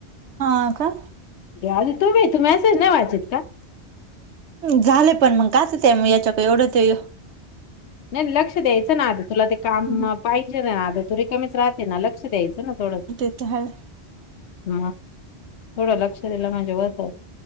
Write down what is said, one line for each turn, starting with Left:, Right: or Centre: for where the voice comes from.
Right: हा का
Left: अध तुम्ही तू मेसेज नाही वाचत का
Right: झालेय पण मग काच ते याच्याक एवढं ते
Left: नाही नाही लक्ष द्यायचं ना आध तुला ते काम
Right: हम्म, हम्म.
Left: पाहिजे ना आधं तुरी कमीच राहते ना लक्ष द्यायचं ना थोडं
Right: ते त हाय
Left: ह थोडं लक्ष दिलं म्हणजे होत